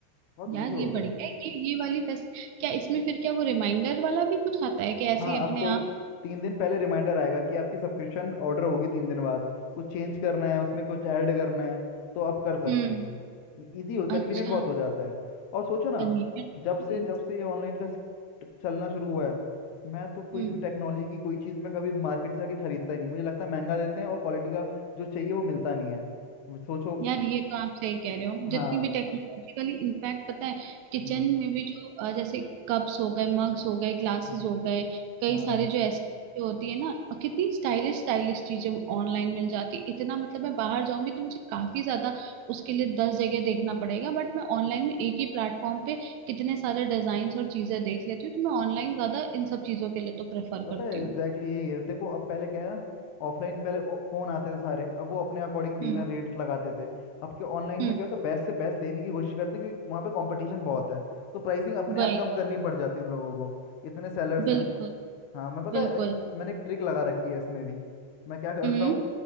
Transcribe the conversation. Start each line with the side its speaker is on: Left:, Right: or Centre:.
Left: बहुत ईजी
Right: यार
Left: हो
Right: ये
Left: गया
Right: बढ़िया
Left: है।
Right: है कि ये वाली फैस क्या इसमें फिर क्या वो रिमाइंडर वाला भी कुछ आता है कि ऐसे
Left: हाँ
Right: ही अपने
Left: आपको
Right: आप
Left: तीन दिन पहले रिमाइंडर आएगा कि आपकी सब्सक्रिप्शन ऑर्डर होगी तीन दिन बाद कुछ चेंज करना है उसमें कुछ ऐड करना है तो आप कर सकते
Right: हम्म
Left: हो इजी हो कन्वीनियंट
Right: अच्छा
Left: बहुत हो जाता है और सोचो ना
Right: कन्वीनियंट
Left: जब
Right: है
Left: से जब से ये ऑनलाइन का स- चलना शुरू हुआ है मैं तो कुछ
Right: हम्म
Left: भी टेक्नोलॉजी की कोई चीज़ मैं कभी मार्केट से आके खरीदता ही नहीं मुझे लगता है महंगा देते हैं और क्वालिटी का जो चाहिए वो मिलता नहीं है अब सोचो
Right: यार ये तो आप सही कह रहे हो जितनी
Left: हाँ
Right: भी टेक्नोलॉजिकली इनफैक्ट पता है किचन
Left: हम्म,
Right: में भी जो अ, जैसे कप्स हो गए मग्स हो गए ग्लासेस
Left: हाँ
Right: हो गए कई
Left: हाँ
Right: सारे जो ऐसी चीजें होती है ना अ, कितनी स्टाइलिश स्टाइलिश चीजें ऑनलाइन मिल जाती है इतना मतलब मैं बाहर जाऊंगी तो मुझे काफी ज्यादा उसके लिए दस जगह देखना पड़ेगा बट मैं ऑनलाइन में एक ही प्लेटफॉर्म पे कितने सारे डिजाइन और चीजें देख लेती हूँ तो मैं ऑनलाइन ज्यादा इन सब चीजों के लिए तो प्रेफर
Left: पता
Right: करती
Left: है
Right: हूँ
Left: एग्जैक्टली यही है देखो अब पहले क्या है ना ऑफलाइन पहले फोन आते थे सारे अब वो अपने अकॉर्डिंग डीलर
Right: हम्म
Left: रेट लगाते थे अब के ऑनलाइन
Right: हम्म
Left: में क्या होता है बेस्ट से बेस्ट देने की कोशिश करते हैं क्योंकि वहाँ पे कंपटीशन बहुत है तो प्राइसिंग अपने
Right: वही
Left: आप कम करनी पड़ जाती है उन लोगों को इतने सेलर्स
Right: बिल्कुल
Left: हैं हाँ मैं पता
Right: बिल्कुल
Left: है मैंने एक ट्रिक लगा रखी है इसमें भी मैं क्या करता
Right: हम्म
Left: हूँ